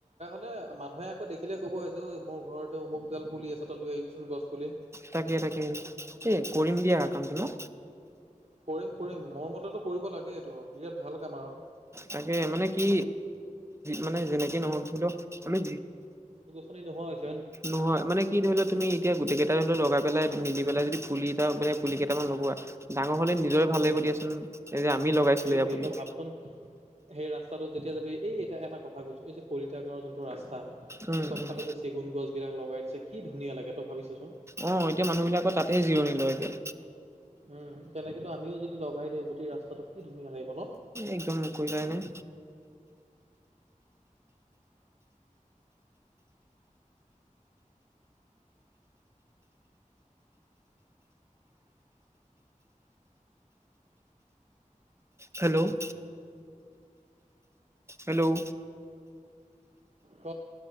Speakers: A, on the right; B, on the right.
A: মানে মানুহে আকৌ দেখিলে ক'ব এ যে ঐ মোৰ ঘৰতে অমুকডাল পুলি আছে ত লৈ আহিবিচোন গছ পুলি।
B: তাকে তাকে এ কৰিম দিয়া। এ কামটো ন।
A: কৰিম কৰিম মোৰ মতেতটো কৰিব লাগে এইটো বিৰাট ভাল কাম আৰু।
B: তাকে মানে কি মানে যেনেকে নহওক চও আমি।
A: আপ নহয়।
B: নহয় মানে কি ধৰিলও তুমি এতিয়া গোটেই কেইটা ধৰি লও লগাই পেলাই মিলি পেলাই যদি পুলি। মানে পুলি, কেইটামান লগোৱা আৰু ডাঙৰ হলে নিজ নিজৰে ভাল লাগিব
A: উম
B: দিয়াচোন এই যে আমি লগাইছিলো
A: সেইটোৱে
B: আপুনি-
A: তই ভাবচোন সেই ৰাস্তাটোত যেতিয়া যাবি এই এটা এটা কথা কৈছো এই যে কলিতা গাঁৱৰ যোনটো ৰাস্তা-
B: উম
A: চবফালে
B: উম
A: যে চেগুন গছ বিলাক লগাই দিছে কি ধুনীয়া লাগে তই ভাবিছাচোন।
B: অ এতিয়া মানুহ বিলাকৰ তাতেহ জিৰণি লয়গে।
A: উম তেনেকেতো আমিও যদি লগাই দিওঁ গোটেই ৰাস্তাটো কি ধুনীয়া লাগিব ন।
B: একদম কৈ কাই নাই হেল্ল' হেল্ল'
A: ক।